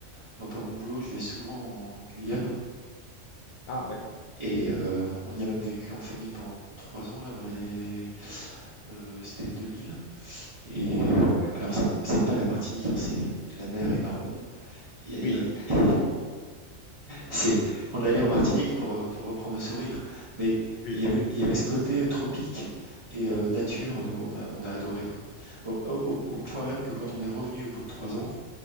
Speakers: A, on the right; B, on the left.
A: moi par mon boulot, je vais souvent en Guyane
B: Ah, d'accord.
A: et euh, on y a même vécu en famille pendant trois ans là dans les années, euh, c'était deux mille Et euh,
B: ok.
A: alors c'est c'est pas la Martinique, hein, c'est la mer est marron. Il y a, il
B: Oui,
A: y a- C'est, on allait en Martinique pour, euh, pour reprendre le sourire. Mais
B: oui,
A: il y avait, il y avait ce côté tropique et euh, nature, nous, on a, on a adoré. Quoi. Au, au- au point même que quand on est revenu au bout de trois ans,